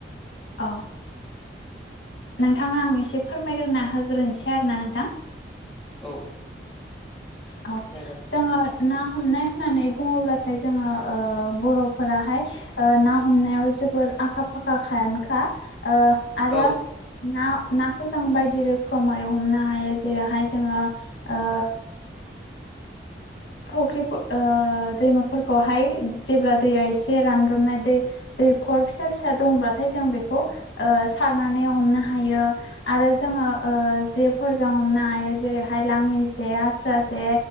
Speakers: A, on the left (about 85°); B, in the centre.
A: औ नोंथांनो आं एसे फोरमायग्रोना होग्रोनोसै आरोना नोंथां
B: औ
A: औ
B: जागोन
A: जोङो ना हमनाय होननानै बुङोब्लाथाय जोङो ओ बर'फोराहाय ना हमनायाव जोबोर आखा फाखायानोखा आरो
B: औ
A: ना नाखौ जों बायदि रोखोमै हमनो हायो जेरैहाय जोङो ओ फुख्रि दैमाफोरखौहाय जेब्ला दैया एसे रानब्रोमनाय दै दैखर फिसा फिसा दंब्लाथाय जों बेखौ सारनानै हमनो हायो आरो जोङो ओ जेफोरजों हमनो हायो जेरैहाय लाङि जे आस्रा जे